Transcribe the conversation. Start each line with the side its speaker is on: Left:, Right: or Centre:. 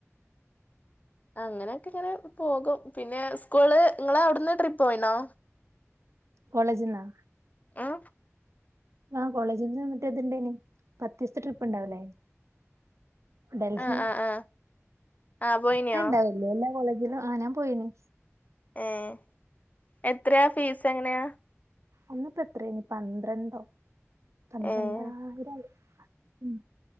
Left: അങ്ങനെ ഒക്കെ ഇങ്ങനെ പോകും. പിന്നെ സ്കൂള് ഇങ്ങെളെ ഔട്ന്ന് ട്രിപ്പ് പോയിണോ
Right: കോളേജ് ന്നോ
Left: ഉം
Right: ആഹ് കോളേജ് ന്ന് മറ്റേത്ണ്ടായ്നി. പത്തിസ്ത്തെ ട്രിപ്പ് ഇണ്ടാവ് ലെ. ഡൽഹി
Left: ആഹ് ആഹ് ആഹ് ആഹ് പോയിനോ
Right: അഹ് ഇണ്ടാവുലല്ലൊ കോളേജില് ആഹ് ഞാൻ പോയിനി
Left: ഏഹ് എത്രെ ഫീസ് എങ്ങനെയാ
Right: അന്ന്പ്പെത്രേനി പന്ത്രണ്ടണ്ടൊ പന്ത്രണ്ടായിര
Left: ഏഹ്
Right: <unintelligible> ഉം